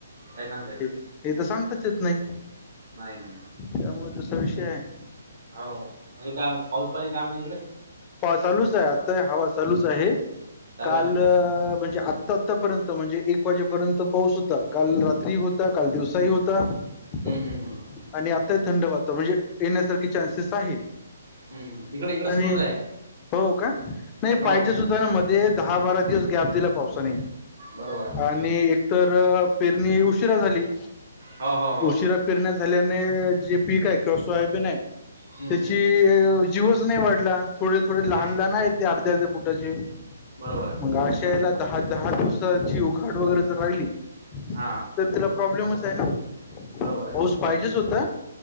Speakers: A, on the right; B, on the left.
A: काही सांगता येत
B: हे त सांगताच येत नाही.
A: नाही नाही.
B: त्यामुळे तसा विषय आहे.
A: हो अरे काय पाऊस पाणी काय म्हण तिकडे.
B: पा चालूच आहे आताय हवा चालूच आहे
A: चालू
B: काल.
A: आहे ना
B: अ म्हणजे आता आतापर्यंत म्हणजे एक वाजेपर्यंत पाऊस होता काल रात्री होता काल दिवसाही होता. त
A: ''हं ''हं ''हं'' हं''
B: आणि आता थंड वातावरण म्हणजे येण्यासारखी चान्सेस आहे.
A: हम्म इकडे इकडे सुरूच
B: आणि
A: आहे.
B: हो का. तर
A: हो.
B: मध्ये दहा बारा दिवस गॅप दिला पावसाने.
A: बरोबर आहे.
B: आणि एकतर पेरणी उशिरा झाली
A: हो हो हो
B: उशिरा. पेरण्या झाल्याने जे पीक आहे किंवा सोयाबीन आहे
A: हम्म
B: त्याची.
A: हम्म हम्म
B: जीवच नाही वाढला थोडे थोडे लहान
A: नाही
B: लहान आहेत ते अर्ध्या अर्ध्या फुटाचे
A: बरोबर आहे.
B: मग असे. यायला दहा दहा दिवसाची उघाड वगैरे जर राहिली.
A: हा
B: तर तिला प्रॉब्लेमच आहे ना
A: बरोबर आहे.
B: पाऊस पाहिजेच होता.